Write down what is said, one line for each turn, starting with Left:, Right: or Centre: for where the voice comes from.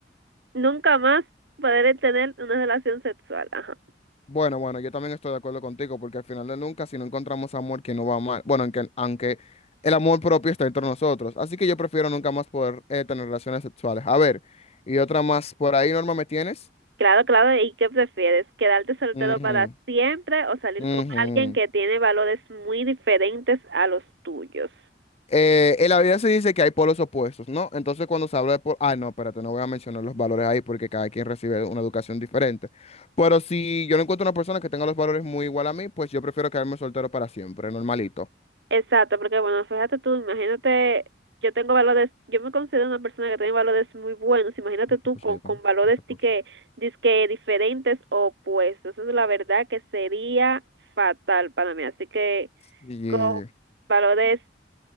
Right: nunca más poder tener una relación sexual. Ajá.
Left: Bueno, bueno, yo también estoy de acuerdo contigo, porque al final de nunca, si no encontramos amor que no va mal, bueno, aunque, aunque el amor propio está entre nosotros, así que yo prefiero nunca más poder eh, tener relaciones sexuales. A ver, y otra más, por ahí, Norma, ¿me tienes?
Right: Claro, claro, ¿y qué prefieres? ¿Quedarte soltero
Left: Ujú,
Right: para siempre o salir
Left: ujú.
Right: con alguien que tiene valores muy diferentes a los tuyos?
Left: Eh, en la vida se dice que hay polos opuestos, ¿no? Entonces cuando se habla de polos, ah, no, espérate, no voy a mencionar los valores ahí porque cada quien recibe una educación diferente. Pero si yo no encuentro una persona que tenga los valores muy igual a mí, pues yo prefiero quedarme soltero para siempre, normalito.
Right: Exacto, porque bueno, fíjate tú, imagínate, yo tengo valores, yo me considero una persona que tiene valores muy buenos, imagínate
Left: No, otra
Right: tú
Left: cosa
Right: con,
Left: yo tengo,
Right: con valores
Left: otra cosa.
Right: que dizque diferentes o opuestos, eso es la verdad que sería fatal para mí, así que
Left: Y,
Right: con valores,